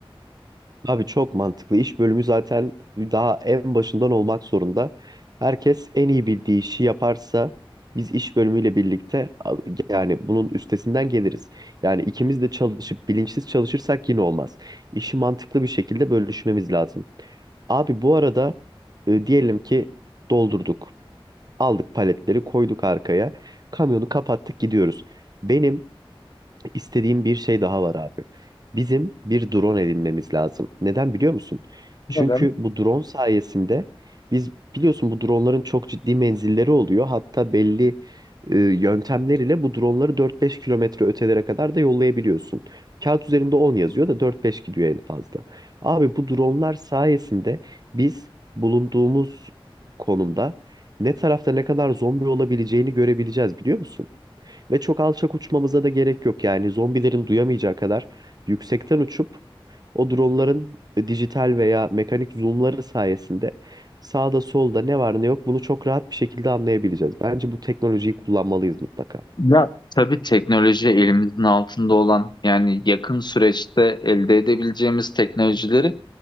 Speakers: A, on the right; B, on the left.
A: Abi çok mantıklı. İş bölümü zaten daha en başından olmak zorunda. Herkes en iyi bildiği işi yaparsa biz iş bölümüyle birlikte a- yani bunun üstesinden geliriz. Yani ikimiz de çalışıp bilinçsiz çalışırsak yine olmaz. İşi mantıklı bir şekilde bölüşmemiz lazım. Abi bu arada e, diyelim ki doldurduk. Aldık paletleri koyduk arkaya. Kamyonu kapattık gidiyoruz. Benim İstediğim bir şey daha var abi. Bizim bir drone edinmemiz lazım. Neden biliyor musun?
B: Neden?
A: Çünkü bu drone sayesinde biz biliyorsun bu droneların çok ciddi menzilleri oluyor. Hatta belli e, yöntemler ile bu droneları 4-5 kilometre ötelere kadar da yollayabiliyorsun. Kağıt üzerinde 10 yazıyor da 4-5 gidiyor en fazla. Abi bu dronelar sayesinde biz bulunduğumuz konumda ne tarafta ne kadar zombi olabileceğini görebileceğiz biliyor musun? Ve çok alçak uçmamıza da gerek yok yani zombilerin duyamayacağı kadar yüksekten uçup o dronların dijital veya mekanik zoomları sayesinde sağda solda ne var ne yok bunu çok rahat bir şekilde anlayabileceğiz. Bence bu teknolojiyi kullanmalıyız mutlaka.
B: Ya tabii teknoloji elimizin altında olan yani yakın süreçte elde edebileceğimiz teknolojileri